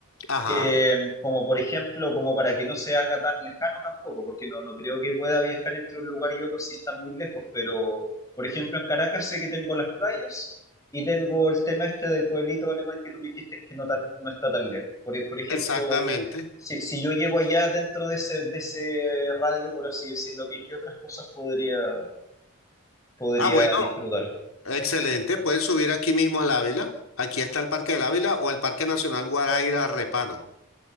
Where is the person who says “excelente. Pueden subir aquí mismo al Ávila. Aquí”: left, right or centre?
Left